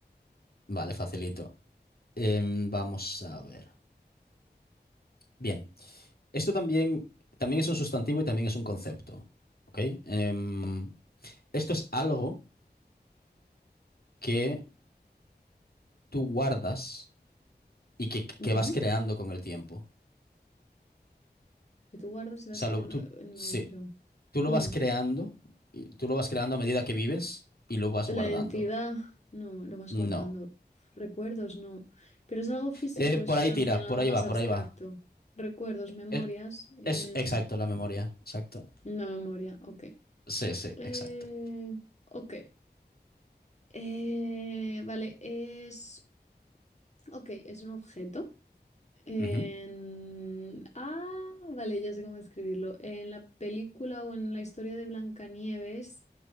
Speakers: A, on the left; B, on the left.
A: Vale, facilito. Em, vamos a ver. Bien. Esto también, también es un sustantivo y también es un concepto. ¿Ok? Em, esto es algo que tú guardas y que, que
B: Ujú.
A: vas creando con el tiempo.
B: Que tú guardas y vas
A: O sea,
B: creando...
A: lo- tú,
B: eh, No,
A: sí.
B: pero...
A: Tú
B: mm,
A: lo vas creando, y tú lo vas creando a medida que vives y lo vas
B: La
A: guardando.
B: identidad, no, lo vas
A: No.
B: guardando. Recuerdos, no. Pero es algo físico,
A: Eh, por
B: es
A: ahí
B: también
A: tira, por
B: algo
A: ahí
B: más
A: va,
B: abstracto.
A: por ahí va.
B: Recuerdos, memorias.
A: Es,
B: em,
A: es exacto la memoria, exacto.
B: Una memoria, ok.
A: Sí, sí,
B: Eh,
A: exacto.
B: ok. Eh, vale, es... Ok, es un objeto. En-
A: Ujú,
B: Ah, vale, ya sé cómo escribirlo. En la película o en la historia de Blancanieves,